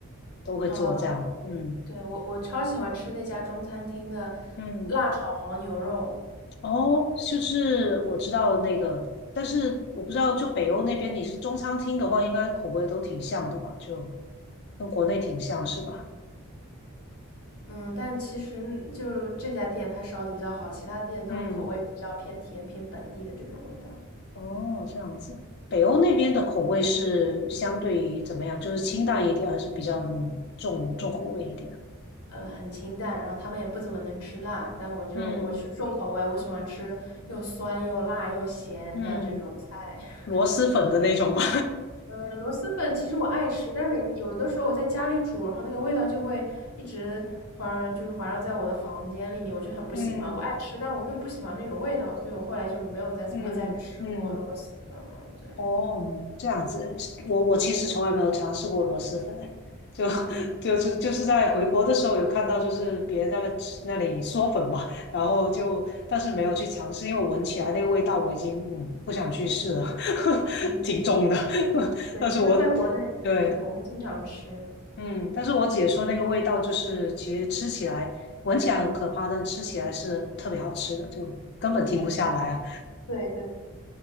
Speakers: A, on the left; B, on the left.
A: 都会做这样，
B: 啊。
A: 嗯
B: 对，我我超喜欢吃那家中餐厅的
A: 嗯，
B: 辣炒黄牛肉，
A: 哦，就是我知道那个，但是我不知道就北欧那边你是中餐厅的话，应该口味都挺像的吧，就跟国内挺像是吧？
B: 嗯，但其实就这家店它烧的比较好，其他店都口味比较偏甜、
A: 嗯，
B: 偏本地的这种味道，
A: 哦，这样子。北欧那边的口味是相对于怎么样？就是清淡一点，还是比较嗯重重口味一点？
B: 呃，很清淡，然后他们也不怎么能吃辣，但我就我就是重口味，
A: 嗯
B: 我喜欢吃又酸又辣又咸的这种菜。
A: 嗯，
B: <laughs>
A: 螺蛳粉的那种吗？
B: 嗯，螺蛳粉其实我爱吃，但是每有的时候我在家里煮，然后那个味道就会一直环，就是环绕在我的房间里面，我就很不喜欢。
A: <laughs> 嗯
B: 我爱吃，但我更不喜欢那种味道，所以我后来就没有再怎么
A: 嗯嗯。
B: <laughs> 再吃过螺蛳粉了。对，
A: 哦，这样子，我我其实从来没有尝试过螺蛳粉，就
B: 嗯
A: <laughs> 就就就是在回国的时候有看到，就是别人在那吃那里嗦粉嘛，然后就但是没有去尝试，因为闻起来那个味道我已经嗯不想去试了，<laughs>
B: 嗯，
A: 挺重的。<laughs>
B: 对，
A: 但是我
B: 其实在国内，
A: 对
B: 对，我会经常吃。
A: 嗯，但是我姐说那个味道就是其实吃起来闻起来很可怕，但吃起来是特别好吃的，就根本停不下来啊。
B: 嗯，对对，